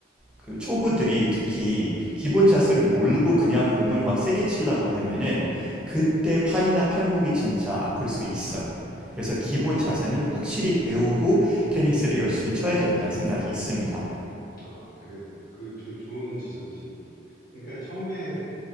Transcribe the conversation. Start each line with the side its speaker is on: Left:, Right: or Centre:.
Centre: 그 초보들이 특히 기본 자세를 모르고 그냥 공을 막 세게 치려고 하면은 그때 팔이나 팔목이 진짜 아플 수 있어요. 그래서 기본
Left: 아,
Centre: 자세는 확실히 배우고 테니스를 열심히 쳐야 된다 생각이 있습니다.
Left: 아, 그래요. 그 조- 좋은 지적이시네요. 그러니까 처음에